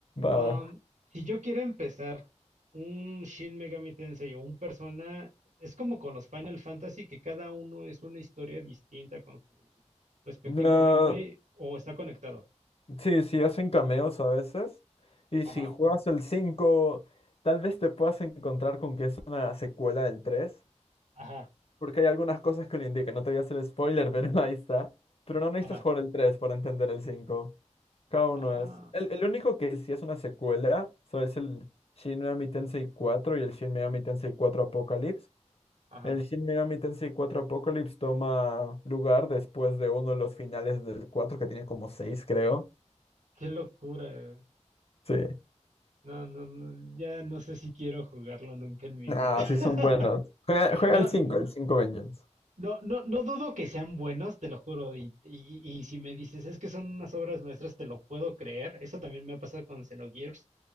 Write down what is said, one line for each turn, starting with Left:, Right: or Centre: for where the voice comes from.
Left: Va,
Right: Am,
Left: va.
Right: si yo quiero empezar un Shin Megami Tensei o un Persona, es como con los Final Fantasy, que cada uno es una historia distinta con su respectivo
Left: No.
Right: gameplay o está conectado.
Left: Sí, sí, hacen cameos a veces. Y
Right: Ajá,
Left: si juegas el 5, tal vez te puedas encontrar con que es una secuela del 3,
Right: ajá,
Left: Porque hay algunas cosas que lo indican. No te voy a hacer spoiler, <laughs> pero ahí está. Pero no necesitas
Right: ajá,
Left: jugar el 3 para entender el 5. Cada uno
Right: ah,
Left: es. El, el único que sí es una secuela, so, es el Shin Megami Tensei 4 y el Shin Megami Tensei 4 Apocalypse.
Right: ajá.
Left: El Shin Megami Tensei 4 Apocalypse toma lugar después de uno de los finales del 4 que tiene como 6, creo.
Right: Qué locura. eh.
Left: Sí.
Right: No, no, no, ya no sé si quiero jugarlo nunca en mi
Left: Ah,
Right: vida.
Left: sí
Right: <laughs>
Left: son buenos. Juega, juega
Right: No,
Left: el cinco, el 5 Vengeance.
Right: No, no, no dudo que sean buenos, te lo juro. Y, y, y si me dices, es que son unas obras maestras, te lo puedo creer. Eso también me ha pasado con Xenogears.